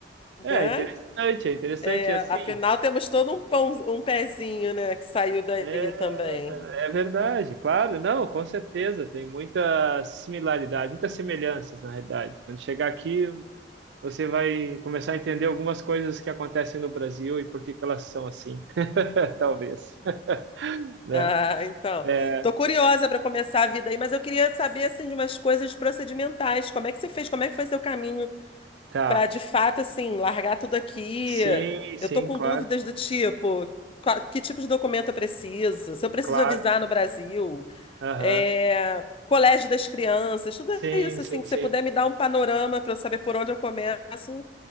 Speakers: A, on the left; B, on the right.
A: <laughs>
B: É
A: Né?
B: interessante, é interessante
A: É,
B: assim.
A: afinal, temos todo um pão, um pezinho, né, que saiu daí
B: É,
A: também.
B: é verdade, claro, não, com certeza. Tem muita similaridade, muitas semelhanças, na realidade. Quando chegar aqui, você vai começar a entender algumas coisas que acontecem no Brasil e por que que elas são assim, <laughs> talvez, né?
A: Ah, então.
B: É,
A: Tô curiosa para começar a vida aí, mas eu queria saber assim de umas coisas procedimentais. Como é que você fez? Como é que foi seu caminho
B: tá.
A: para de fato, assim, largar tudo aqui.
B: Sim, sim,
A: Eu tô com
B: claro,
A: dúvidas do tipo, qual- que tipo de documento eu preciso? Se eu preciso
B: claro.
A: avisar no Brasil,
B: Aham.
A: é, colégio das crianças, tudo
B: Sim,
A: isso,
B: sim,
A: assim, que
B: sim,
A: você puder me dar um panorama para eu saber por onde eu começo,